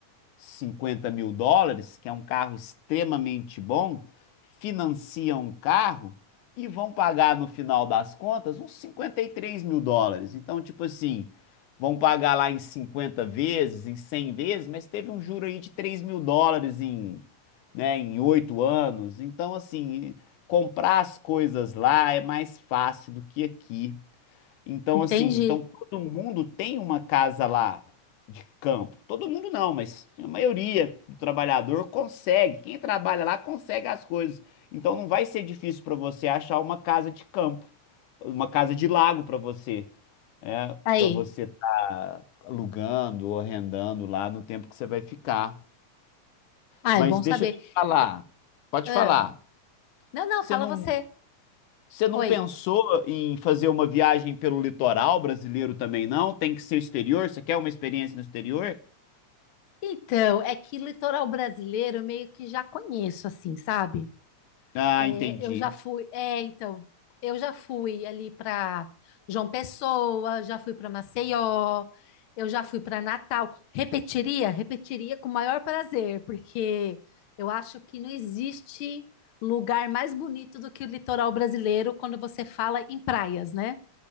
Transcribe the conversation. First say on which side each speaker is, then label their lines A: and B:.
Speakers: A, on the left (about 80°); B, on the left (about 60°).
A: 50 mil dólares, que é um carro extremamente bom, financiam o carro e vão pagar no final das contas uns 53 mil dólares. Então, tipo assim, vão pagar lá em 50 vezes, em 100 vezes, mas teve um juro aí de 3 mil dólares em, né, em 8 anos. Então, assim, comprar as coisas lá é mais fácil do que aqui. Então,
B: entendi.
A: assim, então todo mundo tem uma casa lá de campo. Todo mundo não, mas a maioria do trabalhador consegue. Quem trabalha lá consegue as coisas. Então não vai ser difícil para você achar uma casa de campo, uma casa de lago para você, né?
B: Aí,
A: Para você estar alugando ou arrendando lá no tempo que você vai ficar.
B: ah,
A: Mas
B: é bom
A: deixa
B: saber.
A: eu te falar, pode
B: Ah,
A: falar.
B: não, não,
A: Você
B: fala
A: não,
B: você.
A: você não
B: Oi.
A: pensou em fazer uma viagem pelo litoral brasileiro também, não? Tem que ser exterior? Você quer uma experiência no exterior?
B: Então, é que litoral brasileiro eu meio que já conheço, assim, sabe?
A: Ah,
B: É,
A: entendi.
B: eu já fui. É, então, eu já fui ali para João Pessoa, já fui para Maceió, eu já fui para Natal. Repetiria? Repetiria com o maior prazer, porque eu acho que não existe lugar mais bonito do que o litoral brasileiro quando você fala em praias, né?